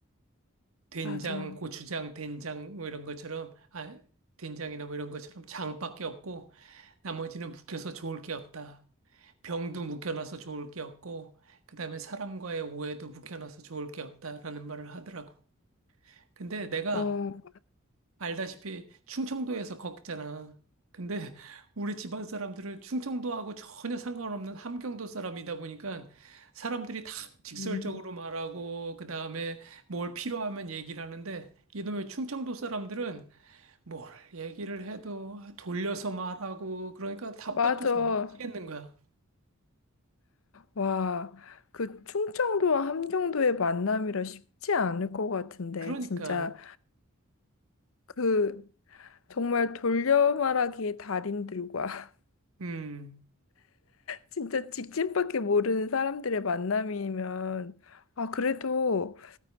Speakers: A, on the right (about 75°); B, on the left (about 70°).
A: 된장,
B: 맞아.
A: 고추장, 된장, 뭐 이런 것처럼, 아, 된장이나 뭐 이런 것처럼 장밖에 없고, 나머지는 묵혀서 좋을 게 없다. 병도 묵혀놔서 좋을 게 없고, 그 다음에 사람과의 오해도 묵혀놔서 좋을 게 없다라는 말을 하더라고. 근데 내가
B: 어,
A: 알다시피 충청도에서 걷잖아. 근데 <laughs> 우리 집안 사람들은 충청도하고 전혀 상관없는 함경도 사람이다 보니까 사람들이 다 직설적으로
B: 음.
A: 말하고 그다음에 뭘 필요하면 얘기를 하는데 이놈의 충청도 사람들은 뭘 얘기를 해도 돌려서 말하고 그러니까 답답해서
B: 맞아.
A: 미치겠는 거야.
B: 와, 그 충청도와 함경도의 만남이라 쉽지 않을 것 같은데,
A: 그러니까
B: 진짜 그 정말 돌려 말하기의 달인들과 <laughs>
A: 음
B: 진짜 직진밖에 모르는 사람들의 만남이면, 아, 그래도